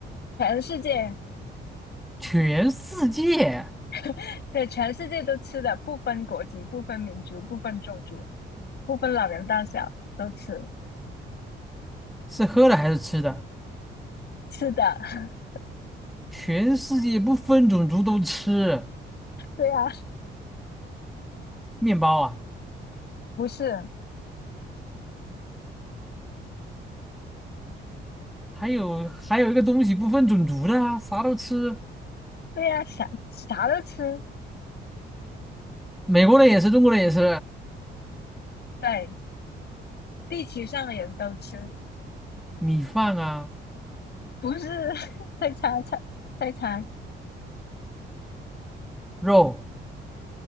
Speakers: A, on the left; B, in the centre.
A: 全世界，
B: 全世界
A: <laughs> 对，全世界都吃的，不分国籍，不分民族，不分种族，不分老人大小，都吃
B: 是喝的还是吃的？
A: 吃的。<laughs>
B: 全世界不分种族都吃
A: 对呀、
B: 面包啊，
A: 不是，
B: 还有还有一个东西不分种族的啊，啥都吃，
A: 对呀、啥啥都吃，
B: 美国人也是，中国人也是，
A: 对，地球上的人都吃，
B: 米饭啊，
A: 不是 <laughs> 再猜猜再猜，
B: 肉。